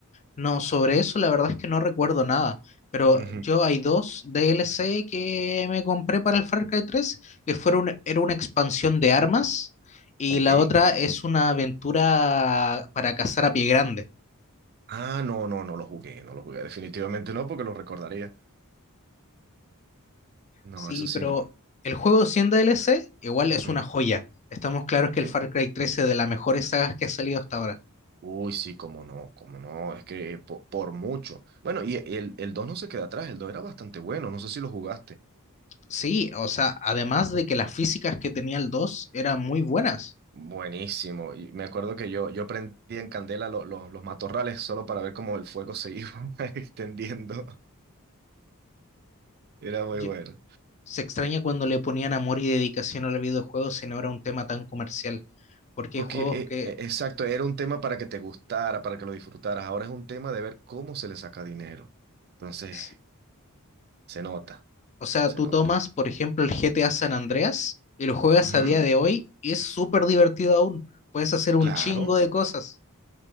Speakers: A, on the left; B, on the right.
A: no, sobre eso la verdad es que no recuerdo nada. Pero
B: Ujú,
A: yo hay dos DLC que me compré para el Far Cry tres, que fueron, era una expansión de armas y
B: Ok.
A: la otra es una aventura para cazar a pie grande.
B: Ah, no, no, no lo jugué, no lo jugué, definitivamente no, porque lo recordaría. No,
A: Sí,
B: eso sí
A: pero
B: no.
A: el juego siendo DLC igual es
B: Ujú.
A: una joya. Estamos claros
B: Ok.
A: que el Far Cry tres es de las mejores sagas que ha salido hasta ahora.
B: Uy, sí, cómo no, cómo no, es que eh, po- por, mucho. Bueno, y el, el 2 no se queda atrás, el 2 era bastante bueno, no sé si lo jugaste.
A: Sí, o sea, además de que las físicas que tenía el 2 eran muy buenas.
B: Buenísimo, y me acuerdo que yo, yo prendí en candela lo- lo- los matorrales solo para ver cómo el fuego se iba <laughs> extendiendo. Era muy
A: Yo-
B: bueno.
A: se extraña cuando le ponían amor y dedicación a los videojuegos si no era un tema tan comercial. Porque
B: Porque,
A: hay juegos
B: eh,
A: que,
B: eh, exacto, era un tema para que te gustara, para que lo disfrutaras. Ahora es un tema de ver cómo se le saca dinero. Entonces,
A: s-
B: se nota,
A: o sea,
B: se
A: tú
B: nota.
A: tomas, por ejemplo, el GTA San Andreas y lo juegas
B: Ujú,
A: a día de hoy y es súper divertido aún. Puedes hacer un
B: Claro.
A: chingo de cosas.